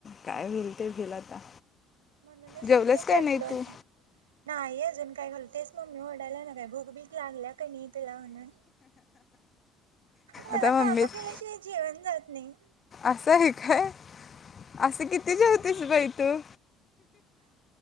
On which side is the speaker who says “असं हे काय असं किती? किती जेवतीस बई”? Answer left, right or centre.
Left